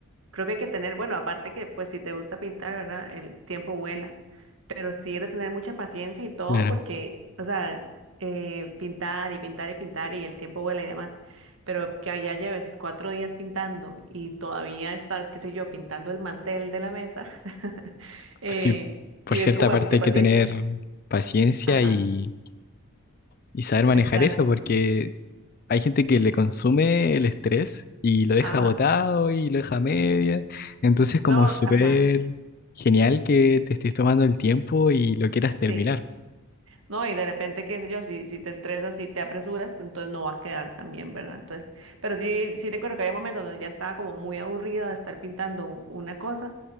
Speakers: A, on the right (about 65°); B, on the left (about 40°).
A: creo que hay que tener, bueno, aparte que pues si te gusta pintar, ¿verdad? El tiempo vuela, pero sí es de tener mucha paciencia y todo
B: claro,
A: porque, o sea, eh, pintar y pintar y pintar y el tiempo vuela y demás, pero que allá lleves cuatro días pintando y todavía estás, qué sé yo, pintando el mantel de la mesa, <laughs> eh,
B: sí, por
A: sí
B: Estoy de
A: es como
B: cierta parte
A: de mucha
B: hay
A: paciencia.
B: acuerdo. que tener paciencia
A: Ajá,
B: y, y saber manejar
A: exacto,
B: eso, porque hay gente que le consume el estrés y lo deja
A: ajá,
B: botado y lo deja a media. Entonces, como
A: no,
B: Ajá. súper
A: ajá,
B: genial que te estés tomando el tiempo y lo quieras terminar.
A: sí. ¿no? Y de repente, qué sé yo, si, si te estresas, si te apresuras, pues entonces no va a quedar tan bien, ¿verdad? Entonces, pero sí, sí recuerdo que había momentos donde ya estaba como muy aburrida de estar pintando u- una cosa,